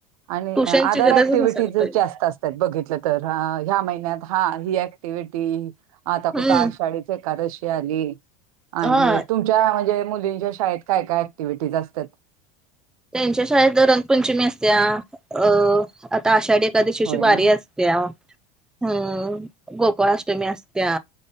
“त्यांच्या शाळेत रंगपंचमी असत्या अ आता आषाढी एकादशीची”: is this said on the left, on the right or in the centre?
Centre